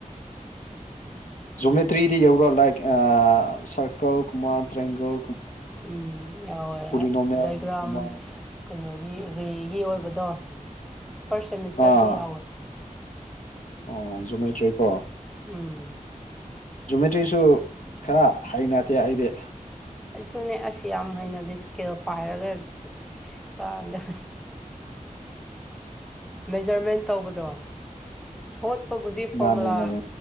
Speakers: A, on the left (about 70°); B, in the centre.
A: ꯖꯣꯃꯦꯇ꯭ꯔꯤꯗꯤ ꯌꯧꯔꯣ ꯂꯥꯏꯛ ꯁꯔꯀꯜ ꯀꯨꯝꯕ ꯇ꯭ꯔꯦꯡꯒꯜ
B: ꯎꯝ ꯌꯥꯎꯑꯦ
A: ꯄꯣꯂꯤꯅꯣꯃꯤꯌꯦꯜꯒꯨꯝꯕ
B: ꯗꯥꯏꯒ꯭ꯔꯥꯝ ꯀꯩꯅꯣꯒꯤ ꯔꯦꯒꯤ ꯑꯣꯏꯕꯗꯣ ꯐꯥꯔꯁ ꯁꯦꯃꯤꯁꯇꯔꯗꯤ
A: ꯑꯥ
B: ꯌꯥꯎꯋꯦ
A: ꯑꯣ ꯖꯨꯃꯦꯇ꯭ꯔꯤꯀꯣ
B: ꯎꯝ
A: ꯖꯨꯃꯦꯇ꯭ꯔꯤꯁꯨ ꯈꯔ ꯍꯩꯅꯗꯦ ꯑꯩꯗꯤ
B: ꯑꯩꯁꯨꯅꯦ ꯑꯁ ꯌꯥꯝ ꯍꯩꯅꯗꯦ ꯏꯁꯀꯦꯜ ꯄꯥꯏꯔꯒ ꯀꯥꯟꯗ ꯃꯦꯖꯔꯃꯦꯟ ꯇꯧꯕꯗꯣ ꯍꯣꯠꯄꯕꯨꯗꯤ ꯐꯣꯔꯃꯨꯂꯥ
A: ꯃꯥꯅꯦ ꯃꯥꯅꯦ